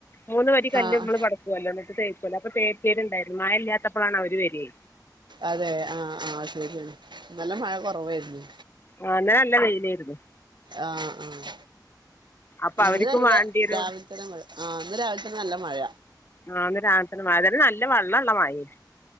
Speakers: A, on the left; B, on the right.
A: മൂന്ന് വരി കല്ല്
B: ആഹ്
A: നമ്മള് പട് മേലോട്ട തേയ്ക്കൊല്ലാ അപ്പൊ തേപ്പേരുണ്ടായിരുന്നു മഴ ഇല്ലാത്തപ്പോഴാണ് അവര് വര്യേ
B: അതെ ആഹ ആഹ ശരിയാണ് ന്നലെ മഴ കൊറവായിരുന്ന്.
A: ആഹാ ന്നലെ നല്ല വെയിലേര്ന്ന്
B: ആഹ് ആഹ്
A: അപ്പൊ
B: ഇന്ന്
A: അവര്ക്കും
B: നല്ല
A: വേണ്ടിയൊരു
B: രാവിലത്തെന്നെ മഴ ആഹ് ന്ന് രാവിൽ തെന്നെ നല്ല മഴ
A: ആഹ ന്ന് രാവ്ൽതെന്നെ മഴ ത് നല്ല വെള്ളള്ളമയീം